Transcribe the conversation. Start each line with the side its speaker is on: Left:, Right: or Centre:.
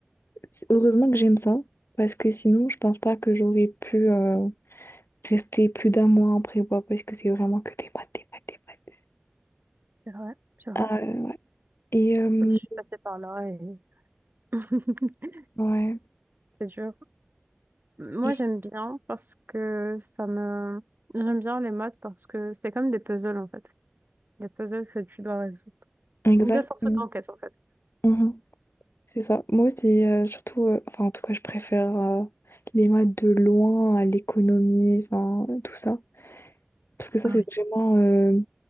Left: C'est- Heureusement que j'aime ça, parce que sinon, je pense pas que j'aurais pu euh, rester plus d'un mois en prépa, parce que c'est vraiment que des maths, des maths, des maths.
Right: C'est vrai, c'est vrai.
Left: Ah, euh, et euh,
Right: Je suis passée par là et <laughs>
Left: ouais,
Right: c'est dur. Moi,
Left: Et-
Right: j'aime bien parce que ça me... J'aime bien les maths parce que c'est comme des puzzles, en fait. Des puzzles que tu dois résoudre.
Left: exactement.
Right: Des sortes d'enquêtes, en fait.
Left: Mhm. C'est ça. Moi aussi, euh, surtout, euh, enfin, en tout cas, je préfère euh, les maths de loin à l'économie, enfin, tout ça. Parce que ça,
Right: Ah
Left: c'est
Right: oui.
Left: vraiment. euh,